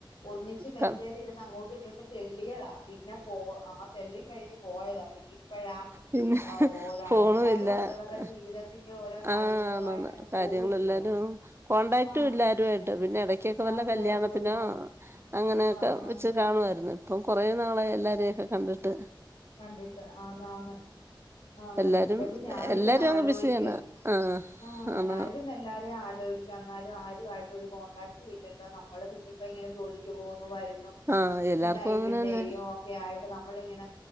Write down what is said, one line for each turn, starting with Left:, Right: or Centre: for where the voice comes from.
Left: ഒന്നിച്ച് പ്പെഞ്ചെയ്
Right: ക
Left: ചെയ്ണ് <unintelligible> അങ്ങോട്ടും ഇങ്ങോട്ടും തെള്ളിയതാ പിന്നെ പോ ആഹ് തെള്ളിപ് കഴിഞ്ഞ് പോയതാ പിന്നിം ഇപ്പഴാ
Right: പിന്നെ
Left: ഓഹ് ര
Right: ഫോണും
Left: യൽ എല്ലാരും
Right: ഇല്ല
Left: അവരവരുടെ ജീവിതത്തിന്റെ ഓരോ കാര്യങ്ങളുവായിട്ട്
Right: ആഹ് ആന്നാന്ന്
Left: അങ്ങ്
Right: കാര്യങ്ങളെല്ലാരും
Left: പോവല്ലയോ
Right: കോടാക്റ്റും
Left: ആ
Right: ഇല്ല ആരുമായിട്ട് പിന്നെ ഇടക്കൊക്കെ
Left: ആരുമായിട്ടും
Right: വല്ല കല്യാണത്തിനോ
Left: ഒരു കോ
Right: അങ്ങനെയൊക്കെ
Left: ആഹ് ആഹ്
Right: വെച്ച് കാണു ഇപ്പം കൊറേ നാളായി എല്ലാരരെയും ഒക്കെ കണ്ടിട്ട് ഹ്
Left: ണ്ടിണ്ടാ ആ നാ ആ
Right: എല്ലാരും
Left: എപ്പോഴും ഞാനിരുന്ന്
Right: എല്ലാരും
Left: ആലോചിക്കും
Right: അങ്ങ് ബിസിയാണ് ആഹ്
Left: ആ
Right: ആണോ
Left: ഞാനിരുന്ന് എല്ലാരെയും ആലോചി ാലും ആരുുംമായിയിട്ട് ഒരു കോൺടാക്ട് ഇല്ലല്ലോ നമ്മള് പിന്നെ ഇപ്പോ ഇങ്ങനെ ജോലിക്ക് പോകുന്നു വരു
Right: ആഹ് എല്ലാർക്കും
Left: നയിട്ടുണ്ട്യോ
Right: അങ്ങനെ തന്നെ
Left: ഒക്കെ ആയിട്ട് നമ്മളിങ്ങനെ